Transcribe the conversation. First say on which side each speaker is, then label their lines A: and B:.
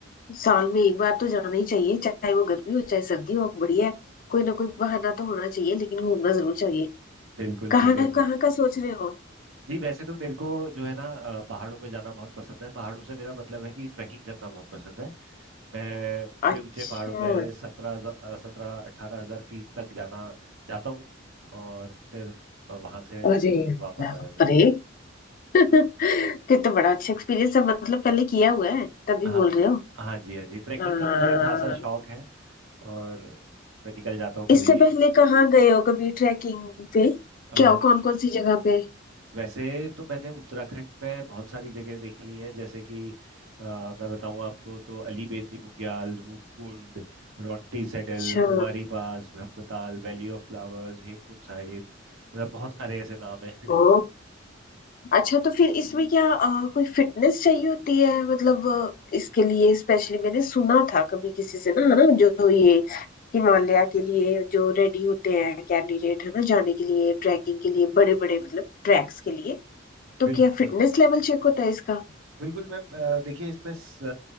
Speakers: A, on the left (about 45°); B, on the right (about 85°).
A: साल में एक बार तो जाना ही चाहिए चाहे वो गर्मी हो चाहे सर्दी हो बढ़िया है कोई ना कोई बहाना तो होना चाहिए लेकिन घूमना जरूर चाहिए
B: बिल्कुल
A: कहाँ
B: बिल्कुल बिल्कुल।
A: कहाँ का सोच रहे हो
B: जी वैसे तो मेरे को जो है ना अ, पहाड़ों पे जाना बहुत पसंद है पहाड़ों से मेरा मतलब है कि ट्रैकिंग करना बहुत पसंद है मैं ऊंचे
A: अच्छा
B: ऊंचे पहाड़ों पे सत्रह सत्रह अठारह हजार फीट तक जाना जाता हूँ और फिर वहां से
A: अरे
B: वापस
A: बाप
B: आ जाता
A: रे
B: है
A: <laughs> फिर तो बड़ा अच्छा एक्सपीरियंस है मतलब पहले किया हुआ है तभी
B: हाँ
A: बोल रहे हो
B: हाँ जी हाँ जी ट्रैकिंग
A: हाँ
B: का मुझे खासा शौक है और मैं निकल जाता हूँ
A: इससे
B: कभी
A: पहले कहाँ गए हो कभी ट्रैकिंग पे
B: अ,
A: क्या कौन कौन सी जगह पे
B: वैसे तो मैंने उत्तराखंड में बहुत सारी जगह देख ली है जैसे कि अ, मैं बताऊँ आपको तो Ali Bedni Bugyal Roopkund Ronti saddle
A: अच्छा
B: Kuari pass Brahmatal valley of flowers Hemkund Sahib मतलब बहुत सारे ऐसे नाम हैं
A: ओ अच्छा तो फिर इसमें क्या अ, कोई फिटनेस चाहिए होती है मतलब अ, इसके लिए स्पेशली मैंने सुना था कभी किसी से ना है ना जो ये हिमालय के लिए जो रेडी होते हैं कैंडिडेट है ना जाने के लिए ट्रैकिंग के लिए बड़े बड़े मतलब ट्रैक्स के लिए
B: <laughs>
A: तो
B: बिल्कुल
A: क्या फिटनेस लेवल चेक होता है इसका
B: बिल्कुल मैम अ, देखिए इसमें स- अ,